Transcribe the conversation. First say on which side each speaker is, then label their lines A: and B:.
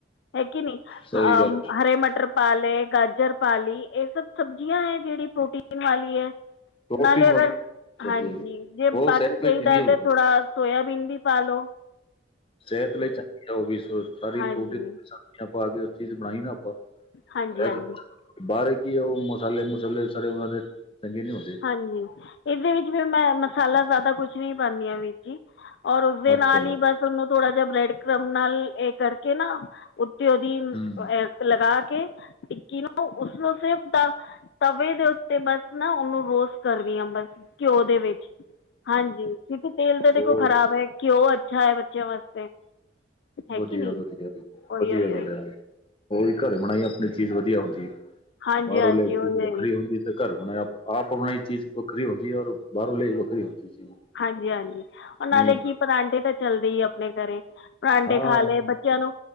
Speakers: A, on the left; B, on the left.
A: ਹੈ ਕਿ ਨਈ,
B: ਸਹੀ
A: ਅ
B: ਗੱਲ
A: ਹਰੇ ਮਟਰ ਪਾ ਲਏ, ਗਾਜਰ ਪਾ ਲਈ, ਏਹ ਸਬ ਸਬਜੀਆ ਹੈ ਜੇੜੀ ਪ੍ਰੋਟੀਨ ਵਾਲੀ ਐ।
B: ਪ੍ਰੋਟੀਨ
A: ਨਾਲੇ
B: ਵਾਲੀ
A: ਅਗਰ, ਹਾਂਜੀ
B: ਵਧੀਆ ਹੋਵੇ,
A: ਜੇ
B: ਉਹ
A: ਬੱਚ
B: ਸਿਹਤ
A: ਜਾਈਦਾ
B: ਲਈ ਚੰਗੀ ਹੁੰਦੀ
A: ਤੇ ਲਾ ਸੋਯਾਬੀਨ ਵੀ ਪਾ ਲੋ
B: ਸਿਹਤ ਲਈ ਚੰਗੀ ਉਹ ਵੀ ਸ ਸਾਰੀ
A: ਹਾਂਜੀ
B: ਪੋ੍ਟੀਨ ਸਬਜ਼ੀਆਂ ਪਾ ਕੇ ਚੀਜ਼ ਬਣਾਈ ਨਾ ਆਪਾਂ
A: ਹਾਂਜੀ-
B: ਸਿਹਤ
A: ਹਾਂਜੀ।
B: ਬਾਹਰ ਕੀ ਆ ਉਹ ਮਸਾਲੇ-ਮੁਸਾਲੇ ਸੜੇ ਉਹਨਾਂ ਦੇ ਚੰਗੇ ਨੀ ਹੁੰਦੇ
A: ਹਾਂਜੀ ਇਹਦੇ ਵਿੱਚ ਵੀ ਮੈਂ ਮਸਾਲਾ ਜ਼ਿਆਦਾ ਕੁੱਛ ਨੀ ਪਾਂਦੀ ਹਾਂ ਵੀਰ ਜੀ ਔਰ ਉਸਦੇ
B: ਅੱਛਾ
A: ਨਾਲ ਹੀ ਬਸ ਉਹਨੂੰ ਥੋੜਾ ਜਹਾ ਬ੍ਰੈਡ ਕ੍ਰਮ ਨਾਲ ਇਹ ਕਰਕੇ ਨਾ ਉੱਤੇ ਉਹਦੀ
B: ਹਮ
A: ਲਗਾ ਕੇ ਕਿਨ ਉਸਨੂੰ ਸਿਰਫ ਤਵੇ ਦੇ ਉੱਤੇ ਬਸ ਨਾ ਉਹਨੂੰ ਰੋਸ ਕਰਣੀ ਆ ਬਸ ਘਿਓ ਦੇ ਵਿੱਚ ਹਾਂਜੀ ਕਿਉਂਕਿ ਤੇਲ ਤਾਂ ਦੇਖੋ
B: ਉਹ
A: ਖ਼ਰਾਬ ਹੈ ਘਿਓ ਅੱਛਾ ਹੈ ਬੱਚਿਆਂ ਵਾਸਤੇ ਹੈ
B: ਵਦੀਆ,
A: ਕਿ ਨਹੀਂ
B: ਵਦੀਆ-ਵਦੀਆ ਜੀ
A: ਉਹੀ
B: ਵਦੀਆ
A: ਉਹੀ ਉਹੀ
B: ਗੱਲ ਐ। ਓਹੀ ਘਰੇ ਬਣਾਈ ਅਪਣੀ ਚੀਜ਼ ਵਦੀਆ ਹੁੰਦੀ ਏ
A: ਹਾਂਜੀ
B: ਬਾਹਰੋਂ
A: ਹਾਂਜੀ
B: ਲਿਆ ਚੀਜ਼
A: ਉਹੀ
B: ਵੱਖਰੀ
A: ਉਹੀ
B: ਹੁੰਦੀ ਤੇ ਘਰ ਬਨਾਯਾ। ਆਪ ਬਨਾਈ ਚੀਜ ਵੱਖਰੀ ਹੁੰਦੀ ਐ ਓਰ ਬਾਰੋਂ ਲਿਯਾਈ ਵੱਖਰੀ ਹੁੰਦੀ ਚੀਜ਼।
A: ਹਾਂਜੀ, ਹਾਂਜੀ, ਓ ਨਾਲੇ
B: ਜੀ
A: ਕੀ ਪਰਾਂਡੇ ਤਾਂ ਚੱਲਦੇ ਈ ਅਪਣੇ ਘਰੇ ਪਰਾਂਟੇ
B: ਹਾਂ
A: ਖਾ ਲਏ, ਬੱਚੇਆਂ ਨੂੰ